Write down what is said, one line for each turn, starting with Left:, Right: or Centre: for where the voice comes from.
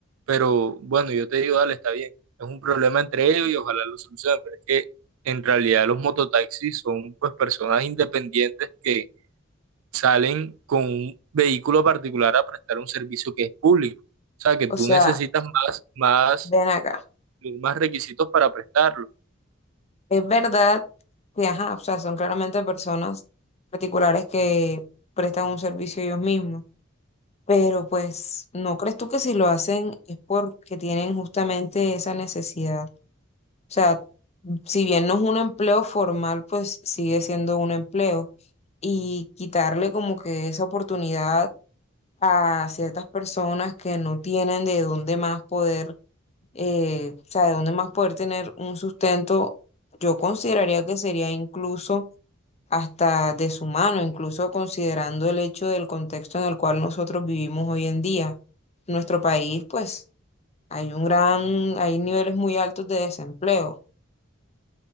Right: pero bueno, yo te digo, dale, está bien, es un problema entre ellos y ojalá lo solucionen, pero es que en realidad los mototaxis son pues personas independientes que salen con un vehículo particular a prestar un servicio que es público. O sea, que
Left: O
Right: tú
Left: sea,
Right: necesitas más, más,
Left: ven acá.
Right: más requisitos para prestarlo.
Left: Es verdad que, ajá, o sea, son claramente personas particulares que prestan un servicio ellos mismos. Pero pues, ¿no crees tú que si lo hacen es porque tienen justamente esa necesidad? O sea, si bien no es un empleo formal, pues sigue siendo un empleo. y quitarle como que esa oportunidad a ciertas personas que no tienen de dónde más poder, eh, o sea, de dónde más poder tener un sustento, yo consideraría que sería incluso hasta deshumano, incluso considerando el hecho del contexto en el cual nosotros vivimos hoy en día. En nuestro país, pues, hay un gran, hay niveles muy altos de desempleo.